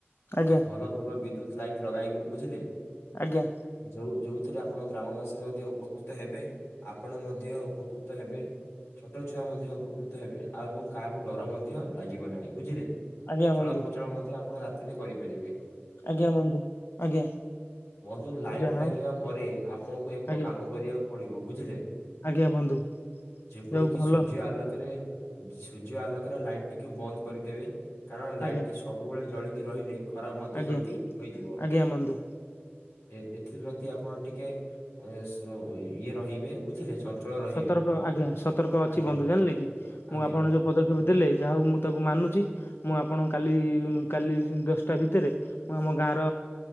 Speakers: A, on the left (about 65°); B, on the left (about 80°).
A: ଆଜ୍ଞା
B: ଭଲ-ଭଲ ବିଦ୍ୟୁତ ଲାଇଟ ଲଗାଇବୁ ବୁଝିଲେ।
A: ଆଜ୍ଞା।
B: ଯୋଉ ଯୋଉଥିରେ ଆପଣ ଗ୍ରାମବାସୀ ମଧ୍ୟ ଉପକୃତ ହେବେ। ଆପଣ ମଧ୍ୟ ଉପକୃତ ହେବେ। ଛୋଟ ଛୁଆ ମଧ୍ୟ ଉପକୃତ ହେବେ। ଆଉ ଏବଂ କାହାକୁ ଡର ମଧ୍ୟ ଲାଗିବ ନାହିଁ ବୁଝିଲେ।
A: ଆଜ୍ଞା
B: ଚଳପଚଳ
A: ବନ୍ଧୁ
B: ମଧ୍ୟ ଆପଣ ରାତିରେ କରିପାରିବେ।
A: ଆଜ୍ଞା ବନ୍ଧୁ ଆଜ୍ଞା।
B: ବନ୍ଧୁ ଲାଇଟ
A: ଯାହା
B: ଲାଗିବା
A: ହଉ
B: ପରେ ଆପଣଙ୍କୁ ଏକ
A: ଆଜ୍ଞା
B: କାମ କରିବାକୁ ପଡିବ ବୁଝିଲେ।
A: ଆଜ୍ଞା ବନ୍ଧୁ।
B: ଯେପରିକି
A: ଯାଉ ଭଲ
B: ସୂର୍ଯ୍ୟ ଆଲୋକରେ ସୂର୍ଯ୍ୟ ଆଲୋକରେ ଲାଇଟ ଟିକୁ ବନ୍ଦ କରିଦେବେ କାରଣ ଲାଇଟ
A: ଆଜ୍ଞା
B: ଟି ସବୁବେଳେ ଜଳିକି ରହିଲେ ଖରାପ ମଧ୍ୟ
A: ଆଜ୍ଞା
B: ଜଲଦି ହୋଇଯିବ
A: ଆଜ୍ଞା ବନ୍ଧୁ
B: ଏ-ଏଥିପ୍ରତି ଆପଣ ଟିକେ ଏ ସ ଇଏ ରହିବେ ବୁଝିଲେ ଚଞ୍ଚଳ ରହିବେ
A: ସତର୍କ ଆଜ୍ଞା ସତର୍କ ଅଛି
B: ଆଜ୍ଞା
A: ବନ୍ଧୁ ଜାଣିଲେ କି
B: ଆଜ୍ଞା।
A: ମୁଁ ଆପଣ ଯୋଉ ପଦକ୍ଷେପ ଦେଲେ ଯାହାଉ ମୁଁ ତାକୁ ମାନୁଛି ମୁଁ ଆପଣ କାଲି କାଲି ଦଶଟା ଭିତରେ ମୁଁ ଆମ ଗାଁର